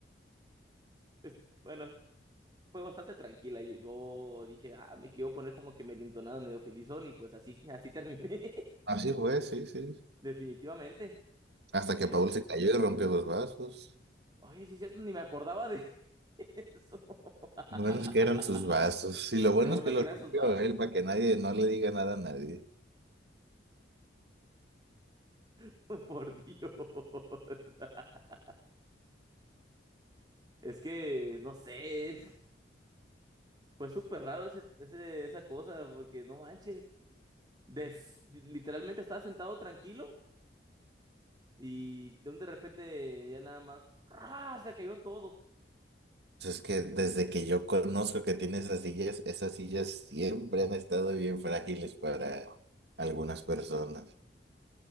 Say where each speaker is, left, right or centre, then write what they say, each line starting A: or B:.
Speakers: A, on the right; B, on the right.
A: Es- Bueno, fue bastante tranquila. y Yo dije, ah, me quiero poner como que medio entonado, medio felizón, y pues así, así terminé, <laughs>
B: Así fue, sí, sí.
A: definitivamente.
B: Hasta
A: Pero,
B: que Paul se cayó y rompió los vasos.
A: oye, sí es cierto, ni me acordaba de <laughs> eso. <laughs>
B: Buenos que eran sus vasos. Y lo bueno
A: Qué bueno
B: es que los
A: que eran
B: rompió
A: esos vasos.
B: él para que nadie no le diga nada a nadie.
A: <laughs> Por Dios. <laughs> Es que, no sé, es- fue súper raro ese, ese- esa cosa, porque no manches. Des- literalmente estaba sentado tranquilo y de un de repente ya nada más ¡ra! se cayó todo.
B: Entonces, que desde que yo conozco que tiene esas sillas, esas sillas siempre han estado bien frágiles para algunas personas.